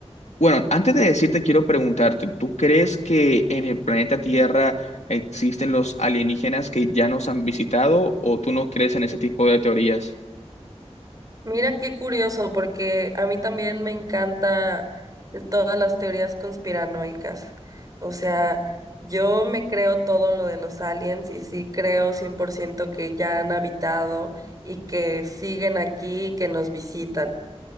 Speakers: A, on the left; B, on the right.
A: Bueno, antes de decirte, quiero preguntarte, ¿tú crees que en el planeta Tierra existen los alienígenas que ya nos han visitado o tú no crees en ese tipo de teorías?
B: Mira qué curioso, porque a mí también me encanta todas las teorías conspiranoicas. O sea, yo me creo todo lo de los aliens y sí creo 100% que ya han habitado y que siguen aquí y que nos visitan.